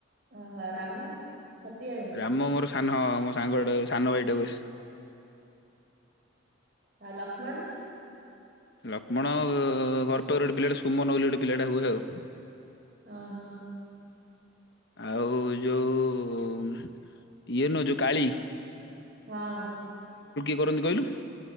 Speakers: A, on the right; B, on the left.
A: ଓହୋ ରାମ? ସତ୍ୟ ଭାଇ
B: ରାମ ମୋର ସାନ ମୋ ସାଙ୍ଗଟା ସାନ ଭାଇଟାକୁ
A: ଆଉ ଲକ୍ମଣ।
B: ଲକ୍ଷ୍ମଣ ଓ ଘଟୋର ଗୋଟେ ପିଲାଟା ସୁମନ ବୋଲି ଗୋଟେ ପିଲାଟେ ହୁଏ ଆଉ।
A: ଅହ।
B: ଆଉ ଯୋଉ ଇଏ ନୁହଁ ଯୋଉ କାଳୀ
A: ହଁ।
B: କରନ୍ତି କହିଲୁ?